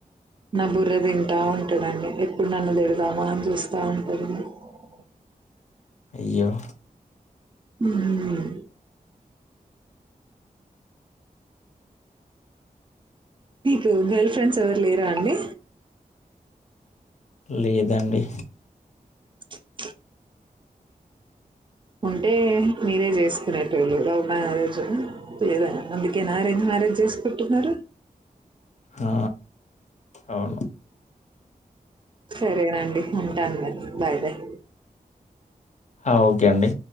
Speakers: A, on the right; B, on the left.
A: నా బుర్ర తింటా ఉంటాడండి, ఎప్పుడు నన్ను తిడదామా, అని చూస్తా ఉంటాడు. అ
B: అయ్యో.
A: ఉమ్. నీకు గర్ల్ ఫ్రెండ్స్ ఎవరు లేరా అండి.
B: లేదండి.
A: <inaudible> ఉంటే, మీరే చేసుకునేటోల్లు, లవ్ మ్యారేజు లేదా అందుకే న ఆరెంజ్ మా. మ్యారేజ్ చేసుకుంటున్నారు.
B: ఆ అవును.
A: సరేనండి, ఉంటాను మరి, బాయ్ బాయ్.
B: అ ఓకే అండి.